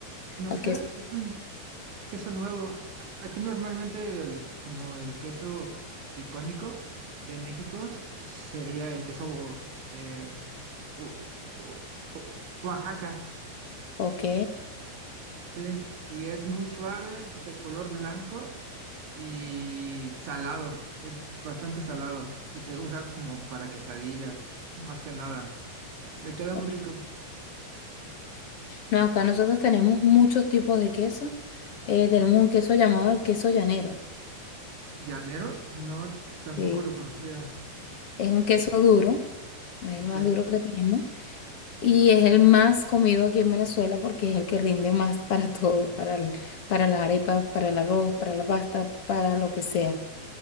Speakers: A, on the right; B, on the left.
A: No
B: al
A: sé,
B: queso.
A: eso queso nuevo. A- Aquí normalmente el, como el queso icónico de México s- sería el queso de O- O- O- Oaxaca,
B: Ok,
A: sí, y es muy suave, de color blanco y salado, es bastante salado y se usa como para quesadillas, más que nada. Le queda
B: ok.
A: muy rico.
B: No, acá nosotros tenemos muchos tipos de queso. Eh, tenemos un queso llamado el queso llanero.
A: Llanero, no, tampoco
B: Sí.
A: lo conocía.
B: Es un queso duro, es el
A: Ok,
B: más duro que tenemos. Y es el más comido aquí en Venezuela porque es el que rinde más para todo, para el- para las arepas, para el arroz, para la pasta, para lo que sea.